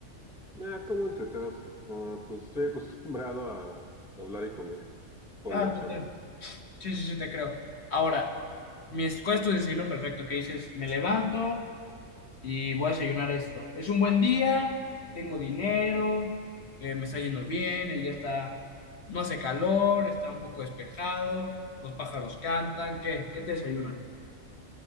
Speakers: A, in the centre; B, on the left.
A: Ah, como entretask? Ah, pues estoy <laughs> acostumbrado a hablar y comer por
B: Ah,
A: la chamba.
B: pues, está sí, sí, sí, te creo. Ahora, mi, es- ¿cuál es tu desayuno perfecto? Que dices, me levanto y voy a desayunar esto. Es un buen día, tengo dinero, eh, me está yendo bien, el día está, no hace calor, está un poco despejado, los pájaros cantan, ¿qué? ¿Qué te desayunas?